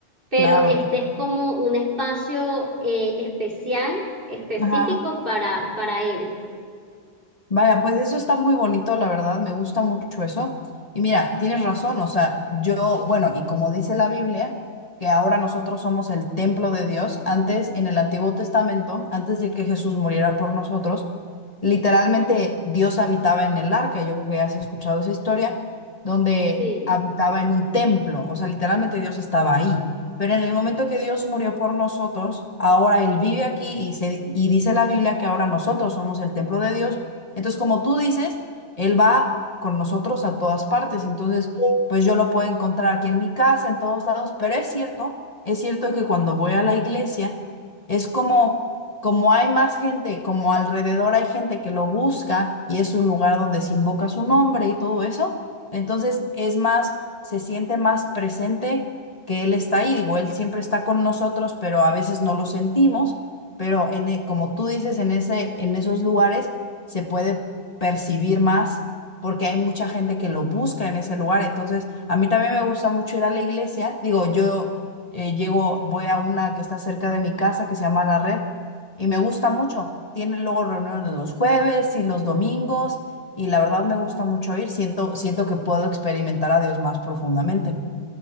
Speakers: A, on the right (about 50°); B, on the left (about 30°).
A: Pero
B: claro.
A: este es como un espacio eh, especial, específico
B: Ajá.
A: para, para Él.
B: Vaya, pues eso está muy bonito, la verdad, me gusta mucho eso. Y mira, tienes razón, o sea, yo, bueno, y como dice la Biblia, que ahora nosotros somos el templo de Dios, antes en el Antiguo Testamento, antes de que Jesús muriera por nosotros, literalmente Dios habitaba en el arca, yo creo que ya has escuchado esa historia, donde
A: Sí,
B: habitaba en un templo, o sea, literalmente Dios estaba ahí. Pero en el momento que Dios murió por nosotros, ahora Él vive aquí y, se, y dice la Biblia que ahora nosotros somos el templo de Dios entonces, como tú dices, él va con nosotros a todas partes. Entonces, pues yo lo puedo encontrar aquí en mi casa, en todos lados. Pero es cierto, es cierto que cuando voy a la iglesia, es como, como hay más gente, como alrededor hay gente que lo busca y es un lugar donde se invoca su nombre y todo eso. Entonces, es más, se siente más presente que él está ahí. Digo, él siempre está con nosotros, pero a veces no lo sentimos. Pero en, e- como tú dices, en ese, en esos lugares se puede percibir más porque hay mucha gente que lo busca en ese lugar. Entonces, a mí también me gusta mucho ir a la iglesia. Digo, yo eh, llego, voy a una que está cerca de mi casa que se llama La Red y me gusta mucho. Tienen luego reuniones los jueves y los domingos y la verdad me gusta mucho ir. Siento, siento que puedo experimentar a Dios más profundamente.